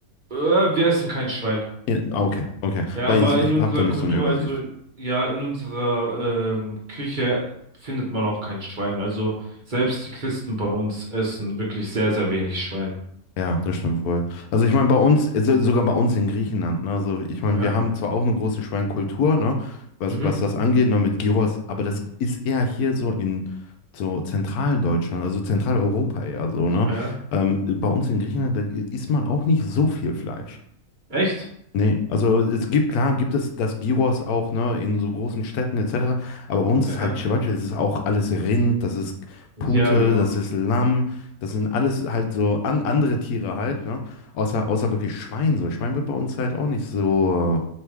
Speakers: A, on the right; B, on the left.
A: Äh, wir essen kein Schwein.
B: Ja, ah, okay, okay.
A: Ja,
B: Weil
A: aber
B: ich, ich
A: in unserer
B: habe da nicht
A: Kultur,
B: so eine Übersicht.
A: also in, ja, in unserer ähm, Küche findet man auch kein Schwein. Also selbst die Christen bei uns essen wirklich sehr, sehr wenig Schwein.
B: Ja, das stimmt wohl. Also ich meine, bei uns, äh, so- sogar bei uns in Griechenland, ne? Also ich meine,
A: Aha.
B: wir haben zwar auch eine große Schweinekultur, ne? Was,
A: Mhm.
B: was das angeht, ne, mit Gyros, aber das ist eher hier so in so Zentraldeutschland, also Zentraleuropa eher so, ne?
A: Aha.
B: Ähm, bei uns in Griechenland, da i- isst man auch nicht so viel Fleisch.
A: Echt?
B: Nee, also es gibt, klar, gibt es das Gyros auch, ne, in so großen Städten etc. Aber bei uns ist
A: Aha.
B: halt Ceviche, das ist auch alles Rind, das ist
A: Ja,
B: Pute,
A: genau.
B: das ist Lamm, das sind alles halt so an, andere Tiere halt, ne? Außer, außer wirklich Schwein. So, Schwein wird bei uns halt auch nicht so,